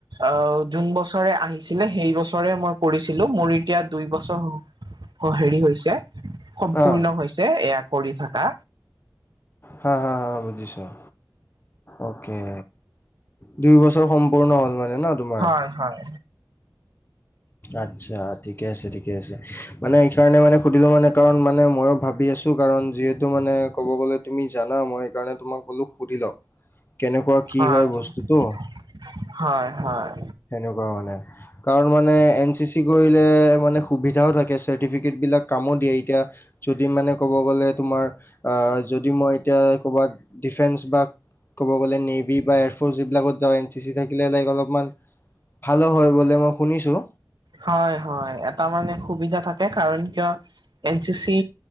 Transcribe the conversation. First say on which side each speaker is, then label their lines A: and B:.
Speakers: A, on the right; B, on the left.
A: অ' যোন বছৰে আহি আহিছিলে সেই বছৰে মই কৰিছিলোঁ মোৰ এতিয়া দুই বছৰ হেৰি হৈছে সম্পূৰ্ণ
B: অ,
A: হৈছে এয়া কৰি থাকা।
B: হা-হা-হা বুজিছোঁ, অকে দুইবছৰ বছৰ সম্পূৰ্ণ হ'ল মানে ন' তোমাৰ?
A: অ' হয়।
B: আচ্ছা ঠিকে আছে ঠিকে আছে। মানে এইকাৰণে মানে সুধিলোঁ মানে কাৰণ মানে ময়ো ভাবি আছোঁ কাৰণ যিহেতু মানে ক'ব গ'লে তুমি জানা মই সেইকাৰণে তোমাক বোলো সুধি লওঁ কেনেকুৱা কি
A: হয়-হয়-হয়
B: হয় বস্তুটো সেনেকুৱা মানে কাৰণ মানে মানে এন চি চি কৰিলে মানে সুবিধাও থাকে চাৰ্টিফিকেট বিলাক কামো দিয়ে এতিয়া যদি মানে ক'ব গ'লে তোমাৰ অ' যদি মই এতিয়া ক'বাত ডিফেন্স বা ক'ব গ'লে নেভি বা এয়াৰফ'ৰ্চ এইবিলাকত যাওঁ এন চি চি থাকিলে লাইক অলপমান ভালো হয় বোলে মই শুনিছোঁ।
A: হয়-হয় এটা মানে সুবিধা থাকে কাৰণ কিয় এন চি চি